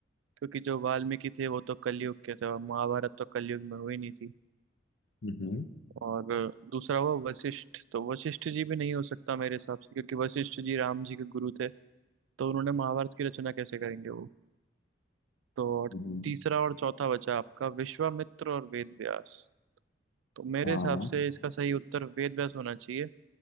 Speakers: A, on the right (about 80°); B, on the left (about 70°).
A: क्योंकि जो वाल्मीकि थे वो तो कलयुग के थे और महाभारत तो कलयुग में हुई नहीं थी
B: हम्म,
A: और दूसरा हुआ वशिष्ठ तो वशिष्ठ जी भी नहीं हो सकता मेरे हिसाब से क्योंकि वशिष्ठ जी राम जी के गुरु थे तो उन्होंने महाभारत की रचना कैसे करेंगे वो तो और
B: हम्म,
A: तीसरा और चौथा बचा आपका विश्वामित्र और वेद व्यास तो मेरे
B: हाँ
A: हिसाब से इसका सही उत्तर वेद व्यास होना चाहिए